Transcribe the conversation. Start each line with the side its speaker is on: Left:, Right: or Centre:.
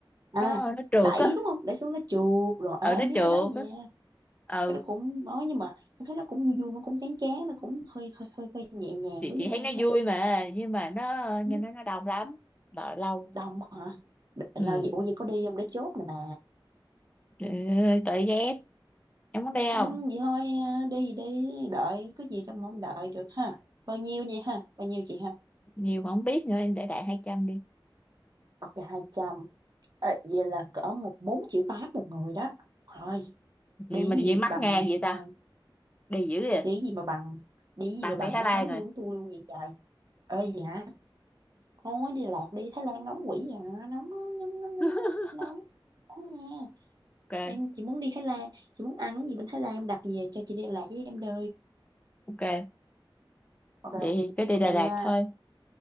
Right: à
Left: nó nó trượt
Right: đẩy
Left: á
Right: đúng không đẩy xuống nó trượt rồi
Left: ừ
Right: Ờ, em
Left: nó
Right: biết
Left: trượt
Right: cái đó nha
Left: á ừ
Right: cái đó cũng nói nhưng mà em thấy nó cũng vui vui nó cũng chán chán nó cũng hơi hơi hơi hơi nhẹ nhàng
Left: chị
Right: đối
Left: chị
Right: với em
Left: thấy nó
Right: đó
Left: vui mà nhưng mà nó
Right: Không
Left: nghe
Right: biết
Left: nó nó đông lắm đợi lâu
Right: đồng hả Đ-
Left: ừ
Right: là vậy ủa vậy có đi không để chốt nè bà
Left: để- tội ghét em muốn đi
Right: Má,
Left: không
Right: vậy thôi à, đi đi đợi có gì đâu mà không đợi được ha bao nhiêu vậy ha bao nhiêu chị ha
Left: nhiều mà không biết nữa em để đại 200 đi
Right: ok hai trăm Ờ, vậy là cỡ một bốn triệu tám một người đó thôi
Left: gì
Right: đi
Left: mà
Right: gì
Left: tự nhiên mắc
Right: bằng
Left: ngang vậy ta
Right: à,
Left: đi dữ vậy.
Right: Đi gì mà bằng Đi gì
Left: bạn
Right: mà bằng
Left: đi Thái
Right: cái
Left: Lan
Right: tháng
Left: rồi
Right: lương của tôi luôn vậy trời Ơi gì hả Thôi đi lạc đi Thái Lan nóng quỷ vậy hả Nóng nóng nóng nóng
Left: <laughs>
Right: nóng nóng Nóng nha
Left: ok
Right: Em chỉ muốn đi Thái Lan Chị muốn ăn cái gì bên Thái Lan Em đặt về cho chị đi Đà Lạt với em đi
Left: ok
Right: Ok
Left: vậy thì cứ đi
Right: Ok
Left: Đà Lạt
Right: nha
Left: thôi